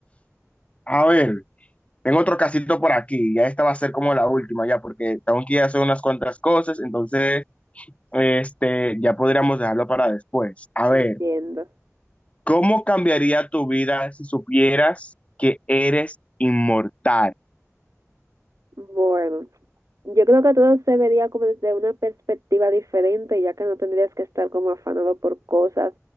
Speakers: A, on the left; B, on the right.
A: A ver. Tengo otro casito por aquí, ya esta va a ser como la última ya, porque tengo que ir a hacer unas cuantas cosas, entonces este, ya podríamos dejarlo para después. A ver,
B: Entiendo.
A: ¿cómo cambiaría tu vida si supieras que eres inmortal?
B: Bueno, Yo creo que todo se vería como desde una perspectiva diferente, ya que no tendrías que estar como afanado por cosas